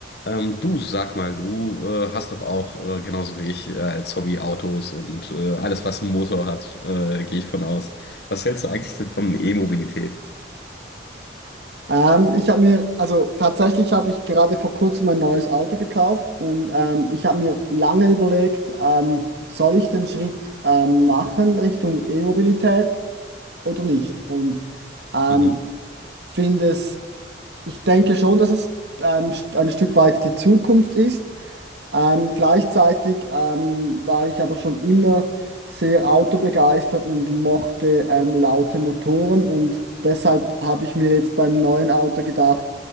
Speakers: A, on the left; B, on the right.
A: Ähm, du sag mal, du äh, hast doch auch, äh, genauso wie ich, äh, als Hobby Autos und äh, alles, was einen Motor hat, äh, gehe ich von aus. Was hältst du eigentlich denn von E-Mobilität?
B: Ähm, ich habe mir, also tatsächlich habe ich gerade vor kurzem ein neues Auto gekauft und ähm, ich habe mir lange überlegt, ähm, soll ich den Schritt ähm, machen Richtung E-Mobilität oder nicht? Und ähm,
A: Mhm.
B: finde es, ich denke schon, dass es ähm, st- ein Stück weit die Zukunft ist, ähm, gleichzeitig ähm, war ich aber schon immer sehr autobegeistert und mochte ähm, laute Motoren und deshalb habe ich mir jetzt beim neuen Auto gedacht,